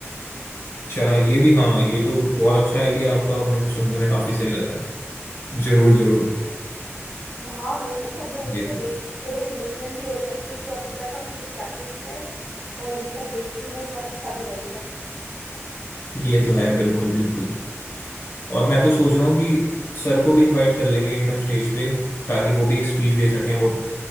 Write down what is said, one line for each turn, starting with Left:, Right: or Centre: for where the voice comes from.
Left: अच्छा ये भी हाँ ये तो बहुत अच्छा आइडिया आपका मेरे को सुनने में काफी सही लग रहा है जरूर जरूर
Right: हाँ हाँ वही ना सब लोग उसको
Left: ये तो
Right: देख के थोड़े इमोशनल भी हो जाएंगे कि अभी तक हमने क्या क्या किया है और ये सब देख के उन्हें बहुत अच्छा भी लगेगा
Left: ये तो है बिल्कुल बिल्कुल और मैं तो सोच रहा हूँ कि सर को भी इनवाइट कर लेंगे एकदम स्टेज पे ताकि वो भी एक स्पीच दे सकें और